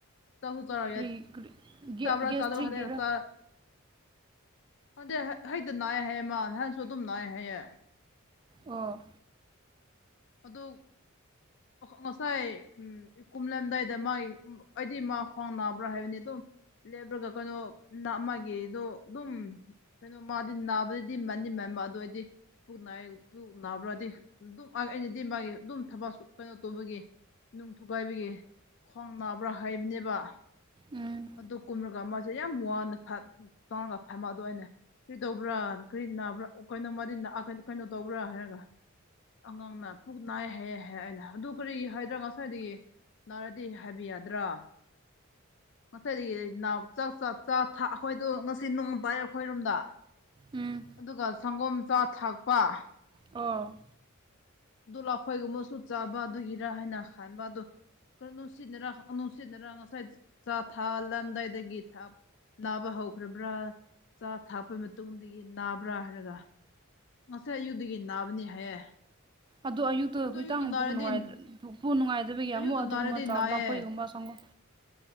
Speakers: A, on the left; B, on the right.
A: ꯆꯥꯛ ꯆꯔ
B: ꯀꯔꯤ ꯀꯔꯤ ꯒꯦ
A: ꯆꯥꯕꯔ
B: ꯒꯦꯁꯇ꯭ꯔꯤꯒꯤꯔ
A: ꯆꯥꯗꯔꯥ ꯈꯪꯗꯦ ꯑꯗꯨꯗꯗꯤ ꯍꯩꯗꯤ ꯅꯥꯏ ꯍꯥꯏꯌꯦ ꯃꯥ ꯅꯍꯥꯟꯁꯨ ꯑꯗꯨꯝ ꯅꯥꯏ ꯍꯥꯏꯌꯦ
B: ꯑꯣ
A: ꯑꯗꯨ ꯉꯁꯥꯏ ꯎꯝ ꯀꯨꯝꯂꯝꯗꯥꯏꯗ ꯃꯥꯒꯤ ꯑꯩꯗꯤ ꯃꯥ ꯈ꯭ꯋꯥꯡ ꯅꯥꯕ꯭ꯔꯥ ꯍꯥꯏꯕꯅꯤ ꯑꯗꯨꯝ ꯂꯦꯞꯕ꯭ꯔꯒ ꯀꯩꯅꯣ ꯅ ꯃꯥꯒꯤꯗꯣ ꯑꯗꯨꯝ ꯀꯩꯅꯣ ꯃꯥꯗꯤ ꯅꯥꯕꯗꯗꯤ ꯃꯅꯤ ꯃꯟꯕ ꯑꯗꯨ ꯑꯣꯏꯔꯗꯤ ꯄꯨ ꯅꯥꯏ ꯄꯨ ꯅꯥꯕ꯭ꯔꯗꯤ ꯑꯗꯨꯝ ꯑꯩꯅꯗꯤ ꯃꯥꯒꯤ ꯑꯗꯨꯝ ꯊꯕꯛꯁꯨ ꯀꯩꯅꯣ ꯇꯧꯕꯒꯤ ꯅꯨꯡ ꯊꯨꯒꯥꯏꯕꯒꯤ ꯈ꯭ꯋꯥꯡ ꯅꯥꯕ꯭ꯔꯥ ꯍꯥꯏꯕꯅꯦꯕ
B: ꯎꯝ
A: ꯑꯗꯨ ꯀꯨꯝꯔꯒ ꯃꯥꯁꯦ ꯌꯥꯝ ꯋꯥꯅ ꯇꯥꯡꯉꯒ ꯐꯝꯃ ꯑꯗꯨ ꯑꯣꯏꯅꯦ ꯀꯔꯤ ꯇꯧꯕ꯭ꯔꯥ ꯀꯔꯤ ꯅꯥꯕ꯭ꯔꯥ ꯀꯩꯅꯣꯗꯤ ꯀꯩꯅꯣ ꯇꯧꯕ꯭ꯔꯥ ꯍꯥꯏꯔꯒ ꯑꯉꯥꯡꯅ ꯄꯨꯨꯛ ꯅꯥꯏ ꯍꯥꯏ ꯍꯥꯏ ꯑꯩꯅ ꯑꯗꯨ ꯀꯔꯤ ꯍꯥꯏꯗ꯭ꯔꯥ ꯉꯁꯥꯏꯗꯒꯤ ꯅꯥꯔꯗꯤ ꯍꯥꯏꯕꯤ ꯌꯥꯗ꯭ꯔꯥ ꯉꯁꯥꯏꯗꯒꯤ ꯅꯥ ꯆꯥꯛ ꯆꯕ ꯑꯩꯈꯣꯏꯗꯣ ꯉꯁꯤ ꯅꯣꯡ ꯄꯥꯏ ꯑꯩꯈꯣꯏꯔꯣꯝꯗ
B: ꯎꯝ
A: ꯑꯗꯨꯒ ꯁꯪꯒꯣꯝꯆꯥ ꯊꯥꯛꯄ
B: ꯑꯣ
A: ꯑꯗꯨ ꯂꯈꯣꯏꯒꯨꯝꯕꯁꯨ ꯆꯥꯕ ꯑꯗꯨꯒꯤꯔ ꯍꯥꯏꯅ ꯈꯟꯕ ꯑꯗꯨ ꯀꯅꯨꯡꯁꯤꯅ ꯔꯁꯤꯅ ꯔꯁꯥꯏ ꯆ ꯊꯥ ꯂꯥꯟꯗꯥꯏꯗ ꯊꯞ ꯅꯕ ꯍꯧꯈ꯭ꯔꯕ꯭ꯔꯥ ꯆꯥ ꯊꯥꯛꯄꯒꯤ ꯃꯇꯨꯡꯗꯒꯤ ꯅꯥꯕ꯭ꯔꯥ ꯍꯥꯏꯔꯒ ꯉꯁꯥꯏ ꯑꯌꯨꯗꯒꯤ ꯅꯥꯕꯅꯤ ꯍꯥꯏꯌꯦ
B: ꯑꯗꯣ ꯑꯌꯨꯛ ꯇꯨ
A: ꯑꯗꯣ
B: ꯈꯤꯇꯪ
A: ꯑꯌꯨꯛꯇ ꯅꯥꯔꯗꯤ
B: ꯄꯨꯛ ꯅꯨꯡꯉꯥꯏ ꯄꯨꯛ ꯅꯨꯡꯉꯥꯏꯗꯕꯒꯤ
A: ꯑꯌꯨꯛꯇ
B: ꯑꯃꯨꯛ ꯑꯗꯨꯒꯨꯝꯕ
A: ꯅꯥꯔꯗꯤ
B: ꯆꯥꯕ
A: ꯅꯥꯏꯌꯦ
B: ꯂꯐꯣꯏꯒꯨꯝꯕ ꯁꯪꯒꯣꯝ